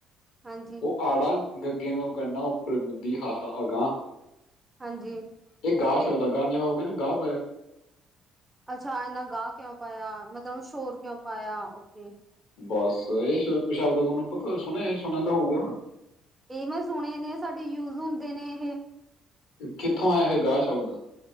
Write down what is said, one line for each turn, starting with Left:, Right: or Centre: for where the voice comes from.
Right: ਹਾਂਜੀ
Left: ਉਹ ਆੜਾ ਗੱਗੇ ਨੂੰ ਕੰੰਨਾ ਉੱਪਰ ਬੁੰਦੀ ਹਾ ਹਾ ਅਗਾਂ
Right: ਹਾਂਜੀ
Left: ਇਹ ਗਾਹ ਸ਼ਬਦ ਐ, ਗਾਹ ਜਿ ਹੋ ਗਿਆ ਨਾ ਗਾਹ ਪਾਇਆ
Right: ਅੱਛਾ, ਇੰਨਾ ਗਾਹ ਕਿਉਂ ਪਾਇਆ, ਮਤਲਬ ਸ਼ੋਰ ਕਿਉਂ ਪਾਇਆ ਔ ਕੇ
Left: ਬੱਸ ਇਹ ਸ਼ਬਦ ਤੁਹਾਨੂੰ ਪਤਾ ਸੁਣਿਆ- ਸੁਣਿਆ ਤਾਂ ਹੋਊਗਾ
Right: ਇਹ ਮੈਂ ਸੁਣੇ ਨੇ, ਸਾਡੇ ਯੂਜ ਹੁੰਦੇ ਨੇ ਏ ਹੇ
Left: ਕਿੱਥੋਂ ਆਇਆ ਏ ਗਾਹ ਸ਼ਬਦ,